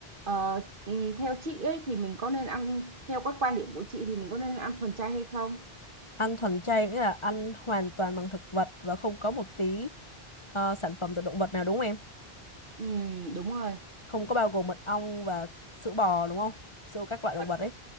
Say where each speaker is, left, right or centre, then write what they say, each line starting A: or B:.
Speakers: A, on the right; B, on the left.
A: Ờ, ừ, theo chị ấy thì mình có nên ăn theo các quan điểm của chị thì mình có nên ăn thuần chay hay không?
B: Ăn thuần chay nghĩa là ăn hoàn toàn bằng thực vật và không có một tí ờ, sản phẩm từ động vật nào đúng không em?
A: Ừ, đúng rồi
B: Không có bao gồm mật ong và sữa bò đúng không? Sữa các loại động
A: mật,
B: vật ấy.